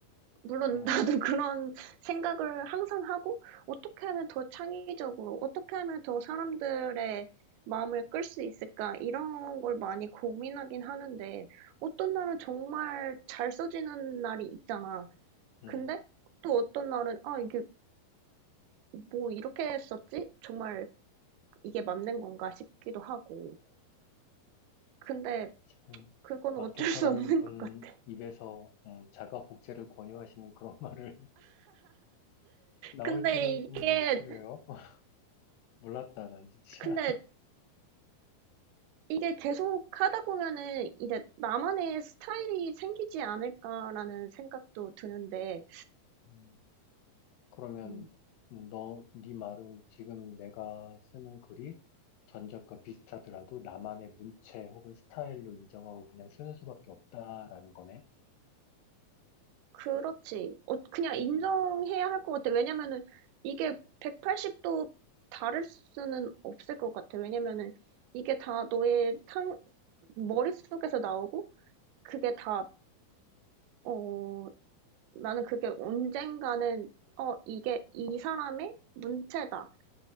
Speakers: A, on the right; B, on the left.
A: 물론
B: 어,
A: 나도 <laughs> 그런 생각을 항상 하고, 어떻게 하면 더 창의적으로, 어떻게 하면 더 사람들의 마음을 끌 수 있을까? 이런 걸 많이 고민하긴 하는데, 어떤 날은 정말 잘 써지는 날이 있잖아.
B: 음,
A: 근데 또 어떤 날은, 아, 이게 뭐 이렇게 썼지? 정말 이게 맞는 건가 싶기도 하고. 근데
B: 참.
A: 그건
B: 마케터라는
A: 어쩔 수 없는
B: 분
A: 것 같아.
B: 입에서 음, 자가 복제를 권유하시는 그런 <laughs> 말을 나올
A: 근데
B: 줄은, 음,
A: 이게,
B: 그래요. <laughs> 몰랐다, 난 진짜.
A: 근데 이게 계속 하다 보면은 이제 나만의 스타일이 생기지 않을까라는 생각도 드는데,
B: 음, 그러면,
A: 음,
B: 음, 너, 네 말은 지금 내가 쓰는 글이 전작과 비슷하더라도 나만의 문체 혹은 스타일로 인정하고 그냥 쓰는 수밖에 없다라는 거네.
A: 그렇지. 어, 그냥
B: 음,
A: 인정해야 할 것 같아. 왜냐면은 이게 180도 다를 수는 없을 것 같아. 왜냐면은 이게 다 너의 상, 머릿속에서 나오고, 그게 다, 어, 나는 그게 언젠가는, 어, 이게 이 사람의 문체다.